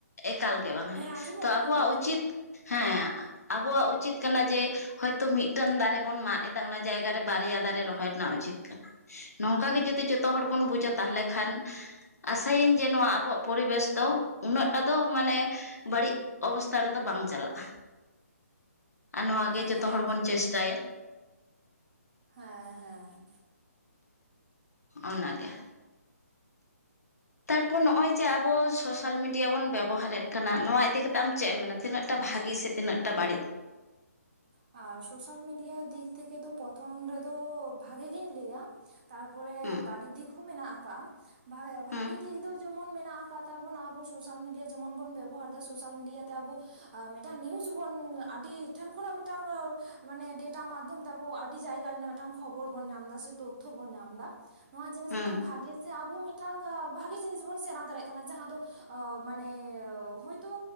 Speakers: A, on the left; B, on the right.
A: ᱮᱠᱟᱞ ᱜᱮ ᱵᱟᱝ ᱦᱮᱸ
B: ᱟᱸᱡᱚᱢᱚᱜ
A: ᱛᱚ
B: ᱠᱟᱱᱟ
A: ᱟᱵᱚᱣᱟᱜ
B: ᱱᱤᱛ
A: ᱩᱪᱤᱛ ᱦᱮᱸ ᱟᱵᱚᱭᱟᱜ ᱩᱪᱤᱛ ᱠᱟᱱᱟ ᱡᱮ ᱦᱚᱭᱛᱚ ᱢᱤᱫ ᱴᱟᱝ ᱫᱟᱨᱮ ᱵᱚᱱ ᱢᱟᱜ ᱮᱫᱟ ᱚᱱᱟ ᱡᱟᱭᱜᱟ ᱨᱮ ᱵᱟᱨᱭᱟ ᱫᱟᱨᱮ ᱨᱚᱦᱚᱭ ᱨᱮᱱᱟᱜ ᱩᱪᱤᱛ ᱱᱚᱝᱠᱟ ᱜᱮ ᱡᱩᱫᱤ ᱡᱚᱛᱚ ᱦᱚᱲ ᱵᱚᱱ ᱵᱩᱡᱟ ᱛᱟᱦᱚᱞᱮ ᱠᱷᱟᱱ ᱟᱥᱟᱭᱟᱹᱧ ᱡᱮ ᱱᱚᱶᱟ ᱟᱵᱚᱣᱟᱜ ᱯᱚᱨᱤᱵᱮᱥ ᱫᱚ ᱩᱱᱟᱹᱜ ᱴᱟ ᱫᱚ ᱢᱟᱱᱮ ᱵᱟᱲᱤᱡ ᱚᱵᱚᱥᱛᱷᱟ ᱨᱮ ᱫᱚ ᱵᱟᱝ ᱪᱟᱞᱟᱜᱼᱟ᱾ ᱟᱨ ᱱᱚᱶᱟ ᱜᱮ
B: ᱦᱮᱸ
A: ᱡᱚᱛᱚ ᱦᱚᱲ
B: ᱮᱠᱫᱚᱢ
A: ᱵᱚᱱ ᱪᱮᱥᱴᱟᱭᱟ᱾
B: ᱦᱮᱸ ᱦᱮᱸ
A: ᱚᱱᱟ ᱜᱮ ᱛᱟᱨᱯᱚᱨ ᱱᱚᱜᱼᱚᱭ ᱡᱮ ᱟᱵᱚ ᱥᱚᱥᱟᱞ ᱢᱤᱰᱤᱭᱟ ᱵᱚᱱ ᱵᱮᱵᱚᱦᱟᱨᱮᱫ ᱠᱟᱱᱟ, ᱱᱚᱶᱟ ᱤᱫᱤ ᱠᱟᱛᱮᱜ ᱟᱢ ᱪᱮᱫ ᱮᱢ ᱢᱮᱱᱟ ᱛᱤᱱᱟᱜ ᱴᱟ ᱵᱷᱟᱜᱤ ᱥᱮ ᱼ ᱛᱤᱱᱟᱜ ᱴᱟᱜ ᱵᱟᱲᱤᱡ?
B: ᱟᱨ ᱥᱚᱥᱟᱞ ᱢᱤᱰᱤᱭᱟ ᱫᱤᱠ ᱛᱷᱮᱠᱮ ᱫᱚ ᱯᱨᱚᱛᱷᱚᱢ ᱨᱮ ᱫᱚ ᱵᱷᱟᱜᱮ ᱜᱤᱧ ᱞᱟᱹᱭᱟ᱾ ᱛᱟᱨᱯᱚᱨᱮ
A: ᱦᱩᱸ
B: ᱵᱟᱲᱤᱡ ᱫᱤᱠ ᱦᱚᱸ ᱢᱮᱱᱟᱜ ᱟᱠᱟᱜᱼᱟ ᱵᱷᱟᱜᱤ
A: ᱦᱩᱸ
B: ᱫᱤᱠ ᱫᱚ ᱡᱮᱢᱚᱱ ᱢᱮᱱᱟᱜᱼᱟ᱾ ᱛᱟᱵᱚᱱᱟ ᱟᱵᱚ ᱥᱚᱥᱟᱞ ᱢᱤᱰᱤᱭᱟ ᱡᱮᱢᱚᱱ ᱵᱚᱱ ᱵᱮᱵᱚᱦᱟᱨ ᱮᱫᱟ ᱥᱚᱥᱟᱞ ᱢᱤᱰᱤᱭᱟ ᱛᱮ ᱟᱵᱚ ᱢᱤᱫ ᱴᱟᱝ ᱱᱤᱭᱩᱡᱽ ᱵᱚᱱ ᱟᱰᱤ ᱴᱷᱮᱱ ᱠᱷᱚᱱᱟᱜ ᱢᱤᱫ ᱴᱟᱝ ᱢᱟᱱᱮ ᱰᱮᱴᱟ ᱢᱟᱫᱽᱫᱷᱚᱢ ᱛᱮ ᱟᱵᱚ ᱟᱹᱰᱤ ᱡᱟᱭᱜᱟ ᱨᱮᱱᱟᱜ ᱢᱤᱫ ᱴᱟᱝ ᱠᱷᱚᱵᱚᱨ ᱵᱚᱱ ᱧᱟᱢ ᱫᱟ ᱥᱮ ᱛᱚᱛᱷᱚ ᱵᱚᱱ ᱧᱟᱢ ᱫᱟ᱾ ᱱᱚᱶᱟ ᱡᱤᱱᱤᱥ
A: ᱦᱩᱸ
B: ᱢᱤᱫ ᱴᱟᱝ ᱵᱷᱟᱜᱮ ᱥᱮ ᱟᱵᱚ ᱢᱤᱫ ᱴᱟᱝ ᱵᱷᱟᱜᱤ ᱡᱤᱱᱤᱥ ᱵᱚᱱ ᱥᱮᱲᱟ ᱫᱟᱲᱮᱭᱟᱜ ᱠᱟᱱᱟ ᱡᱟᱦᱟᱸ ᱫᱚ ᱢᱟᱱᱮ ᱦᱚᱭᱛᱚ